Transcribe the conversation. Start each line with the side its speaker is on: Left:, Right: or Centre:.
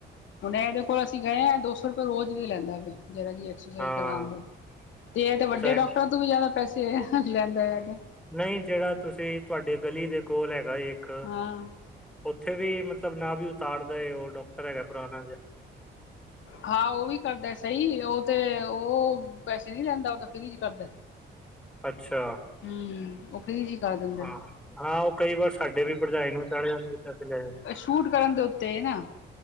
Left: ਹੁਣ ਇਹਦੇ ਕੋਲ ਅਸੀਂ ਗਏ ਹਾਂ, ਦੋ-ਸੌ ਪਰ ਰੋਜ਼ ਵੀ ਲੈਂਦਾ ਵੇ, ਜਿਹੜਾ ਜੀ ਐਕਸਰਸਾਈਜ਼
Centre: ਹਾਂ
Left: ਕਰਾਣ ਦੇ। ਤੇ, ਇਹ ਤੇ ਵੱਡੇ
Centre: ਅੱਛਾ
Left: ਡੌਕਟਰਾਂ ਤੋਂ ਵੀ ਜ਼ਿਆਦਾ ਪੈਸੇ ਲੈਂਦਾ, ਯੇ ਤੇ
Centre: ਨਹੀਂ, ਜਿਹੜਾ ਤੁਸੀਂ, ਤੁਹਾਡੇ ਗਲੀ ਦੇ ਕੋਲ ਹੈਗਾ ਇੱਕ
Left: ਹਾਂ
Centre: ਉੱਥੇ ਵੀ ਮਤਲਬ ਨਾਭੀ ਉਤਾਰਦਾ ਏ ਉਹ, ਡੌਕਟਰ ਹੈਗਾ ਪੁਰਾਣਾ ਜਾ
Left: ਹਾਂ, ਉਹ ਵੀ ਕਰਦਾ ਸਹੀ, ਉਹ ਤੇ, ਉਹ ਪੈਸੇ ਨੀ ਲੈਂਦਾ, ਉਹ ਤਾਂ ਫ੍ਰੀ'ਚ ਕਰਦਾ।
Centre: ਅੱਛਾ।
Left: ਹੂੰ ਉਹ ਫ੍ਰੀ ਚ ਕਰ ਦਿੰਦਾ
Centre: ਹਾਂ-ਹਾਂ, ਉਹ ਕਈ ਵਾਰ ਸਾਡੇ ਵੀ ਭਰਜਾਈ ਨੂੰ ਚੜ੍ਹ ਜਾਂਦੀ, ਤਾਂ ਫਿਰ ਅਸੀ ਲੈ
Left: ਫੁਟ ਕਰਨ ਦੇ ਉੱਤੇ ਏ, ਨਾ।